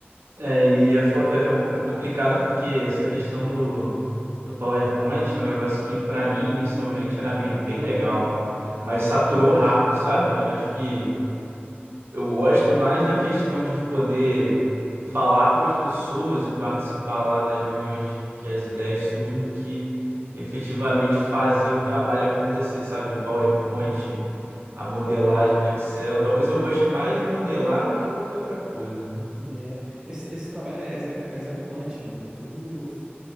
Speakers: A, on the right; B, on the right.
A: É, e é, fo- é- é o- é complicado porque essa questão do, do PowerPoint é um negócio que, para mim, inicialmente era me- bem legal, mas saturou rápido, sabe? Eu Acho que eu gosto mais da questão de poder falar com as pessoas e participar lá das reuniões de- que as ideias surgem do que efetivamente fazer o trabalho acontecer, sabe?
B: Hum.
A: O PowerPoint,
B: Aham.
A: a modelagem no Excel. Talvez eu goste mais de modelar do que qualquer outra coisa, né?
B: É. Esse, esse trabalho é zero, é zero quant, mano. É tudo f-